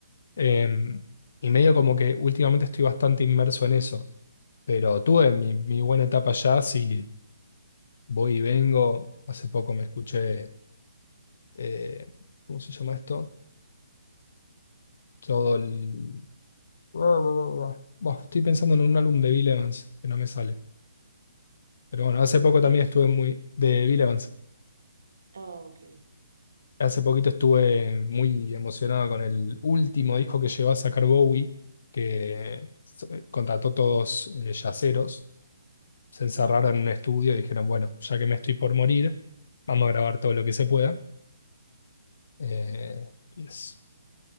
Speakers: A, on the left; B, on the right.
A: Em, y medio como que últimamente estoy bastante inmerso en eso. Pero tuve mi, mi buena etapa allá, sí, voy y vengo. Hace poco me escuché, eh, ¿cómo se llama esto? Todo el... Buah, estoy pensando en un álbum de Bill Evans, que no me sale. Pero bueno, hace poco
B: De
A: también
B: qui-
A: estuve muy... de Bill Evans.
B: Ah, ok.
A: Hace poquito estuve muy emocionado con el último disco que llevó a sacar Bowie, que so- eh, contrató todos eh, yaceros. Se encerraron
B: Ujú.
A: en un estudio y dijeron, bueno, ya que me estoy por morir, vamos a grabar todo lo que se pueda. Eh, y es,